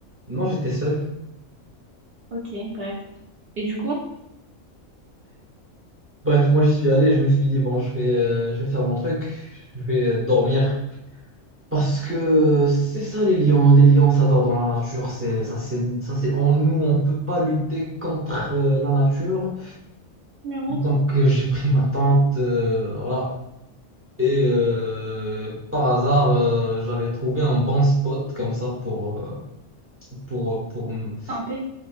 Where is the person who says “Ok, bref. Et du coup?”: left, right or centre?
Right